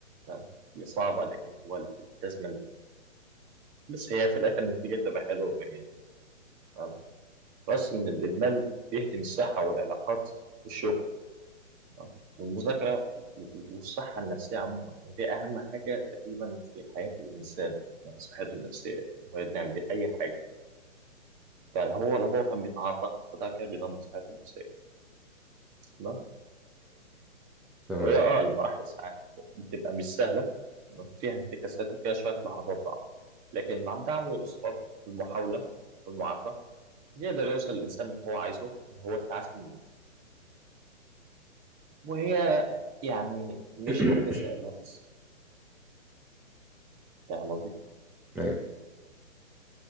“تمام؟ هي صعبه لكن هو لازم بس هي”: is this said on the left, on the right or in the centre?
Right